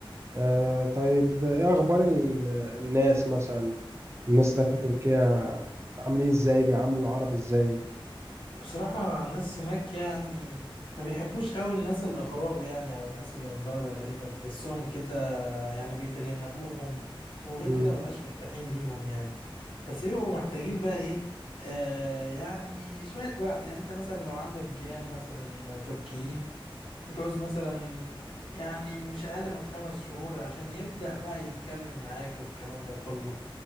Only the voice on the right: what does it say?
آه طيب ايه اخبار ال- الناس مثلا الناس هناك في تركيا عاملين إيه ازاي بيعاملوا العرب ازاي
مم.